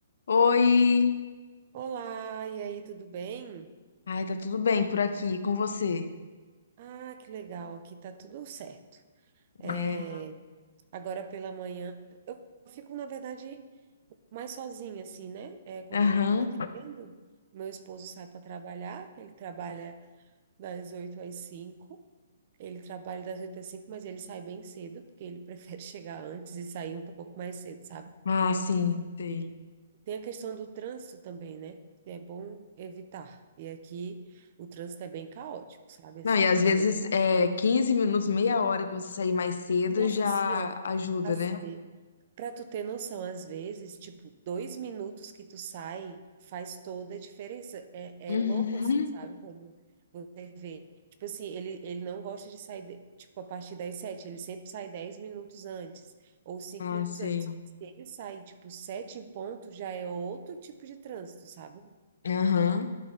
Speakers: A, on the left (about 60°); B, on the right (about 30°).
A: Oi!
B: Olá, e aí, tudo bem?
A: Ai, tá tudo bem por aqui com você,
B: Ah, que legal, aqui tá tudo certo. É,
A: né?
B: agora pela manhã, eu fico, na verdade, mais sozinha, assim, né? É, quando
A: Aham.
B: eu não tô atendendo, meu esposo sai para trabalhar, ele trabalha das 8 às 5. ele trabalha das oito às cinco, mas ele sai bem cedo, porque ele <laughs> prefere chegar antes e sair um pouco mais cedo, sabe?
A: Ah, sim, sei.
B: E tem a questão do trânsito também, né? Que é bom evitar. E aqui o trânsito é bem caótico, sabe? Assim,
A: Não, e às vezes
B: meu-
A: é 15 minutos, meia hora que você sair mais cedo
B: nossa,
A: já
B: assim, ó,
A: ajuda,
B: às
A: né?
B: vezes, para tu ter noção, às vezes, tipo, dois minutos que tu sai faz toda a diferença. É,
A: Uhum.
B: é louco, assim, sabe? Quando você vê. Tipo assim, ele, ele não gosta de sair, de- tipo, a partir das sete, ele sempre sai dez minutos antes, ou cinco
A: Ah,
B: minutos
A: sei.
B: antes. Se ele sair, tipo, sete em ponto, já é outro tipo de trânsito, sabe?
A: Aham.